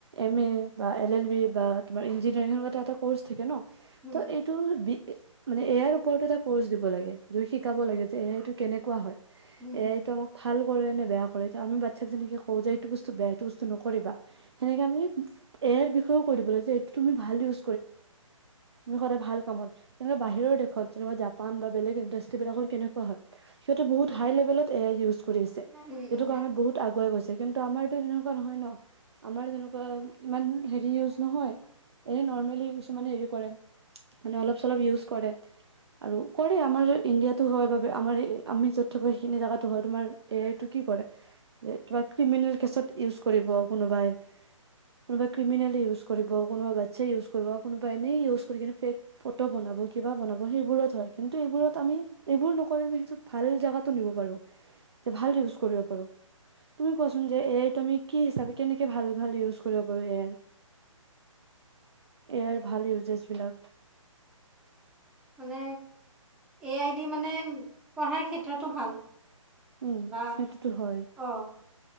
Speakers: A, on the right; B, in the centre.
A: এম এ বা এল এল বি বা তোমাৰ ইঞ্জিনিয়াৰিংৰ সেনে কোৱা তাহাঁতক ক'ৰ্চ থাকে ন'
B: উম,
A: <unintelligible> ত এইটো বি মানে এ আইৰ ওপৰতো এটা কৰ্চ দিব লাগে এইটো শিকাব লাগে যে এ আইটো কেনেকুৱা হয়
B: উম,
A: এয়া এইটো আমাক ভাল <unintelligible> কৰে নে বেয়া কৰে আমি বাচ্ছাক যেনেকে কওঁ য যে এইটো বস্তু <unintelligible> বেয়া এইটো বস্তু নকৰিবা সেনেকে আমি এ আগৰ বিষয়েও কৈ দিব যে এইটো তুমি ভাল ইউজ সদায় ভাল কামত যেনেকে বাহিৰৰ দেশত যেনেকুৱা জাপান বা বেলেগ ইণ্ডাষ্ট্ৰী বিলাকত কেনেকুৱা হয় সিহঁতে বহুত হাই লেভেলত <unintelligible> এ আই ইউজ কৰি আছে
B: উম, উম,
A: যিটো
B: উম,
A: কাৰণত বহুত আগুৱাই গৈছে <unintelligible> কিন্তু আমাৰটো তেনেকুৱা নহয় ন আমাৰ তেনেকুৱা ইমান হেৰি ইউজ নহয় এই নৰ্মেল কিছুমানে হে ৰি কৰে মানে অলপ চলপ ইউজ কৰে আৰু কৰে আমাৰ ইণ্ডিয়াটো হয় বাবে আমাৰ আমি যত থাকো সেইখিনি জেগাতো হয় তোমাৰ এই আইটো কি কৰে যে কিবা ক্ৰিমিনেল কেচত ইউজ কৰিব কোনোবাই কোনোবাই ক্ৰিমিনেল ইউজ কৰিব কোনোবা বাচ্ছাই ইউজ কৰিব কোনোবাই এনেই ইউজ কৰি কিনে ফেক ফটো বনাব কিবা বনাব সেইবোৰত হয় কিন্তু এইবোৰত আমি এইবোৰ নকৰি আমি সেইটো ভাল জেগাতো নিব পাৰো যে ভাল ইউজ কৰিব পাৰো তুমি কোৱাচোন যে এ আইটো কি হিচাপে কেনেকে ভাল ভাল ইউজ কৰিব পাৰো এ আই এ আইৰ ভাল ইউজেছ বিলাক
B: মানে এ আইদি মানে পঢ়াৰ ক্ষেত্ৰতো ভাল
A: উম
B: ধৰা
A: সেইটোতো হয়
B: অ,